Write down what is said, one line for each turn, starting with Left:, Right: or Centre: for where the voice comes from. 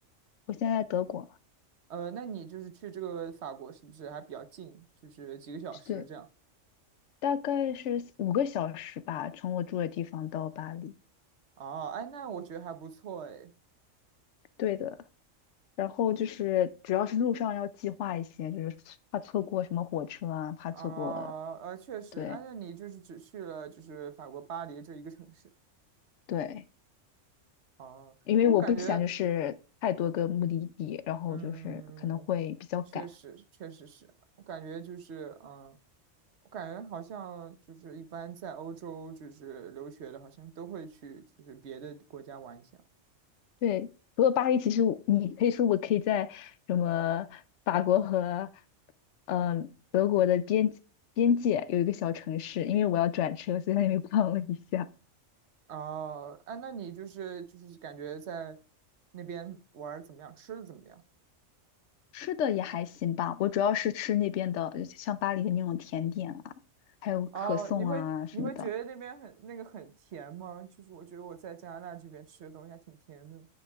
Left: 我现在在德国，
Right: 呃，那你就是去这个法国是不是还比较近？就是几个小时这样。
Left: 对，大概是五个小时吧，从我住的地方到巴黎。
Right: 哦，哎，那我觉得还不错哎。
Left: 对的，然后就是主要是路上要计划一些，就是怕错过什么火车啊，怕错过，
Right: 啊，呃，确实，
Left: 对
Right: 按照你就是只去了就是法国巴黎这一个城市
Left: 对，
Right: 哦。
Left: 因为我不想就是太多个目的地，
Right: 我感觉，
Left: 然后就是可能会比较赶。
Right: 嗯，确实，确实是，我感觉就是，嗯，我感觉好像就是一般在欧洲就是留学的，好像都会去就是别的国家玩一下
Left: 对，除了巴黎，其实我你可以说我可以在什么法国和嗯、呃德国的边边界有一个小城市，因为我要转车，所以在那边逛了一下。
Right: 哦，啊，那你就是就是感觉在那边玩儿怎么样，吃的怎么样？
Left: 吃的也还行吧，我主要是吃那边的，像巴黎的那种甜点啊，还有可颂啊什么的。
Right: 哦，你会你会觉得那边很那个很甜吗？就是我觉得我在加拿大这边吃的东西还挺甜的。